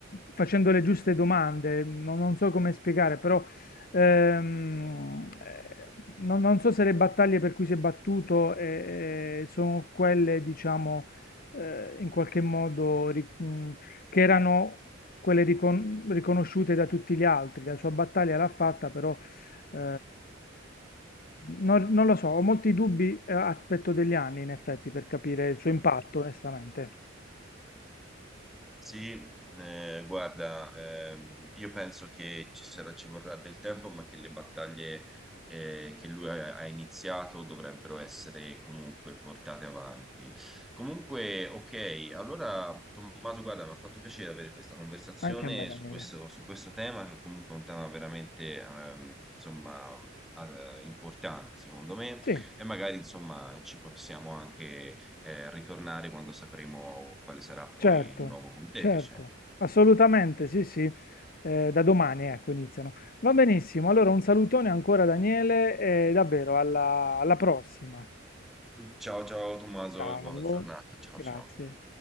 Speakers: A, on the left; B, in the centre.
A: facendo le giuste domande, non, non so come spiegare, però ehm, eh, non, non so se le battaglie per cui si è battuto eh, eh, sono quelle, diciamo, eh, in qualche modo ri- mh, che erano quelle ricon- riconosciute da tutti gli altri. La sua battaglia l'ha fatta, però eh, non, non lo so, ho molti dubbi, eh, aspetto degli anni in effetti per capire il suo impatto, onestamente.
B: Sì, eh, guarda, ehm, io penso che ci sarà, ci vorrà del tempo, ma che le battaglie eh, che lui ha, ha iniziato dovrebbero essere comunque portate avanti. Comunque, ok, allora Tommaso, guarda, mi ha fatto piacere avere questa conversazione
A: Anche a me, Daniele.
B: su questo, su questo tema, che comunque è un tema veramente, ehm, insomma, eh, importante, secondo me.
A: Sì,
B: E magari, insomma, ci possiamo anche eh, ritornare quando sapremo quale sarà
A: certo,
B: poi il nuovo pontefice.
A: certo, assolutamente, sì, sì, eh, da domani ecco iniziano. Va benissimo, allora un salutone ancora Daniele e davvero alla alla prossima.
B: Ciao, ciao Tommaso
A: Ciao,
B: e buona giornata. Ciao,
A: grazie.
B: ciao.